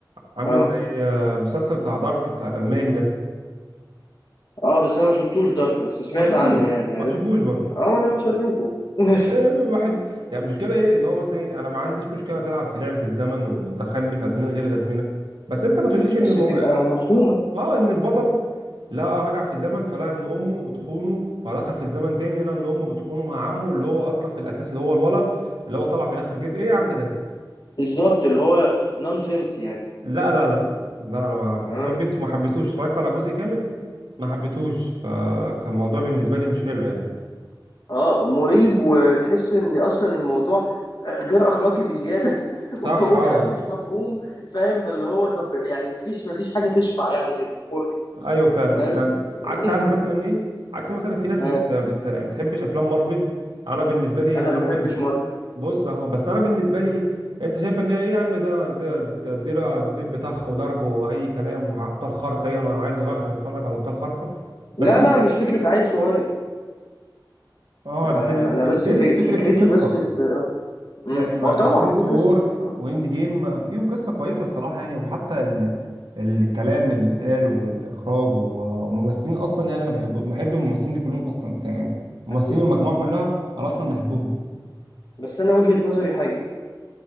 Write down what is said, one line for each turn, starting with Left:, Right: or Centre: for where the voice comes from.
Right: عامل
Left: اه
Right: زي آه، مسلسل بتاع دارك بتاع الالماني ده
Left: اه بس انا ما شفتوش دارك بس سمعت
Right: ما تشوفوش
Left: عنه يعني عرفت
Right: ما تشوفوش برضه
Left: اه انا مش هشوفه <laughs>
Right: آه، واحد يعني مشكلة ايه ان هو مثلا ايه انا ما عنديش مشكلة تلعب في لعبة الزمن وتدخلني في ازمنة غير الازمنة بس انت ما تقوليش
Left: بس
Right: ان المم...
Left: تبقى مفهومة
Right: اه آه، ان البطل لقى رجع في الزمن فلقى ان امه بتخونه فدخل في الزمن تاني لقى ان امه بتخونه مع عمه اللي هو اصلا في الاساس اللي هو الولا اللي هو طلع في الاخر جد ايه يا عم ده
Left: بالظبط اللي هو نونسنس يعني
Right: لا لا لا لا انا ما
Left: اه
Right: حبيت ما حبيتهوش اتفرجت على جزء كامل ما حبيتهوش فكان الموضوع بالنسبه لي مش حلو يعني
Left: اه مريب وتحس ان اصلا الموضوع غير اخلاقي بزياده
Right: صح
Left: <laughs> وكمان
Right: اه
Left: مش مفهوم فاهم فاللي هو طب يعني مفيش مفيش حاجه تشفع يعني للفرجه
Right: ايوه فعلا
Left: فاهم
Right: ب-
Left: <laughs>
Right: عكس عارف مثلا ايه عكس مثلا في ناس
Left: آه.
Right: بت... بت... يعني تحبش افلام مارفل انا بالنسبه لي
Left: انا
Right: مارفل
Left: ما بحبش مارفل
Right: بص اهو بس انا بالنسبه لي انت شايف ان هي ايه يا عم ده ده ده ده دب طخ وضرب واي كلام وابطال خارقه ايه انا عيل صغير عشان اتفرج على ابطال خارقه
Left: لا
Right: بس لا
Left: لا مش فكره عيل صغير
Right: اه
Left: ده
Right: بس ال-
Left: انا
Right: الفيلم
Left: بس في فكرتي
Right: فكرة فيه قصة
Left: بس في اه مم.
Right: يعني انفينيتي
Left: ما هو طبعا في قصه
Right: وور
Left: اه
Right: واند جيم فيهم قصه كويسه الصراحه يعني وحتى ال... الكلام اللي بيتقال والاخراج والممثلين اصلا يعني انا بحب بحب الممثلين دي كلهم اصلا بتاع يعني ممثلين
Left: اكيد
Right: المجموعه
Left: اه
Right: كلها انا اصلا بحبهم
Left: بس انا وجهه نظري حاجه